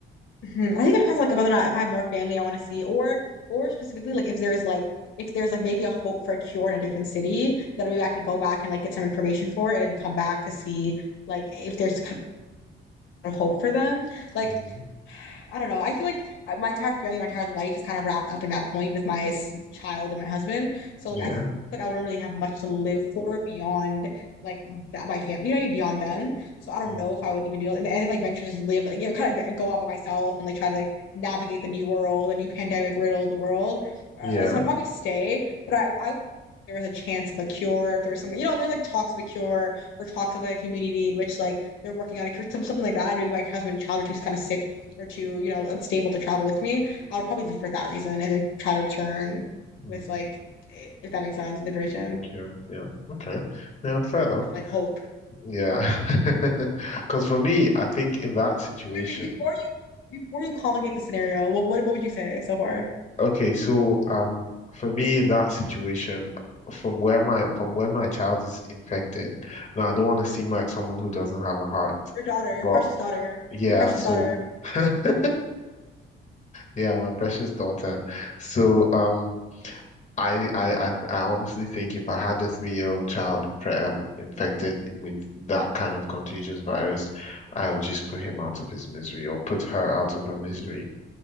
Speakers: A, on the left; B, on the left.
A: Mhm. I think it depends, like, whether or not if I have more family I want to see, or or specifically like if there's like if there's like maybe a hope for a cure in a different city, then maybe I could go back and like get some information for it and come back to see like if there's of hope for them. Like,
B: Mhm.
A: I don't know. I feel like uh, my entire family, my entire life is kind of wrapped up in that point with my s- child and my husband. So
B: Yeah.
A: like, I feel like I wouldn't really have much to live for beyond like m- that my family. You know what I mean? Beyond them. So I don't
B: Mm.
A: know if I would even do it. And then like venture just live like you know kind of go out by myself and like try to like navigate the new world, the new pandemic riddled world. Uh,
B: Yeah.
A: so I'd probably stay, but I I would. There was a chance of a cure, if there was some, you know, if there's like talks of a cure or talks of like a community in which like they're working on a cure, something like that. And maybe my husband and child were too kind of sick or too, you know, unstable to travel with me. I would probably leave for that reason and then try to return
B: Mm.
A: with like, if that makes sense, information
B: Okay. Yeah. Okay. Yeah, fair enough.
A: or with like hope.
B: Yeah. <laughs> Because for me, I think in that situation,
A: Wait, wait, before you before you complicate the scenario, what what, what would you say so far?
B: okay, so um for me in that situation, from where my from when my child is infected, now I don't want to seem like someone who doesn't have a heart.
A: Your daughter,
B: But
A: your precious daughter,
B: yeah,
A: your precious
B: so
A: daughter.
B: <laughs> yeah, my precious daughter. So um I, I, I, I honestly think if I had a three-year-old child pre um, infected with that kind of contagious virus, I would just put him out of his misery or put her out of her misery.